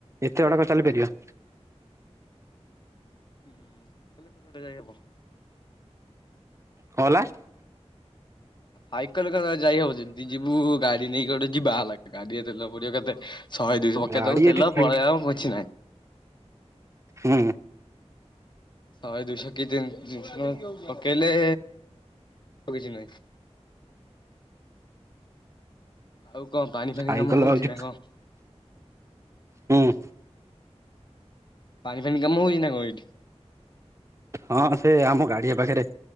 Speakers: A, on the right (about 25°); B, on the left (about 40°).
A: ଏତେ ବାଟ କଣ ଚାଲିପାରିବା?
B: ହୁଁ କେଲେ <unintelligible> ଯାଇହବ।
A: କଣହେଲା?
B: ସାଇକେଲରେ କଣ ଆଉ ଯାଇହବ ଯେଦି ଯିବୁ ଗାଡ଼ି ନେଇକି ଗୋଟେ ଯିବା ହେଲାକି ଗାଡ଼ିରେ ତେଲ ପଡ଼ିବ କେତେ ଶହେ ଦୁଇଶ ପକେଇ
A: ଗାଡି
B: ଦବୁ ତେଲ
A: ଏଠି ଠିକ
B: ପଳେଇବା ଆଉ କିଛି ନାହିଁ।
A: ହୁଁ।
B: ଶହେ ଦୁଇଶକି ତିନ୍ ତିନିଶ ଟଙ୍କାରେ ପକେଇଲେ ଆଉ କିଛି ନାଇଁ। ଆଉ କଣ ପାଣି ଫାଣିି
A: ସାଇକେଲ
B: କାମ ହଉଚିନା
A: ହଉଛି
B: କଣ?
A: ହୁଁ।
B: ପାଣିି ଫାଣି କାମ ହେଉଚିନା କଣ ଏଇଠି?
A: ହଁ ସେ ଆମ ଗାଡ଼ିଆ ପାଖରେ